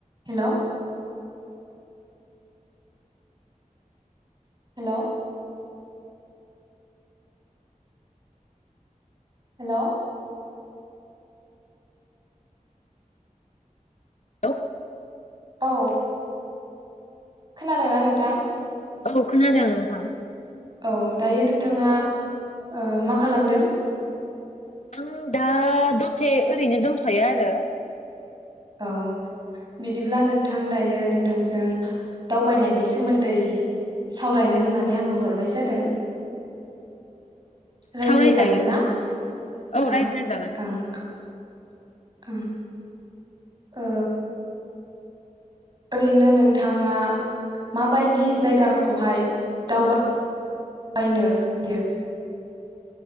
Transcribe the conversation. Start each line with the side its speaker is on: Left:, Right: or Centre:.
Right: हेल'। Hello. Hello.
Left: लौ।
Right: औ। खोनादोंना नोंथां?
Left: औ खोनादों नोंथां।
Right: औ दायो नोंथाङा ओ मा खालामदों?
Left: आङो दा दसे ओरैनो दंथ'यो आरो
Right: औ बिदिब्ला नोंथां दायो नोंथांजों दावबायनायनि सोमोन्दै सावरायनो होननानै आङो हरनाय जादों। रायज्लायजागोन
Left: सावरायजायो
Right: ना
Left: औ
Right: ओं
Left: रायज्लायजागोन
Right: ओं ओं। ओ ओरैनो नोंथाङा माबायदि जायगाखौहाय दावबा बायनो हायो?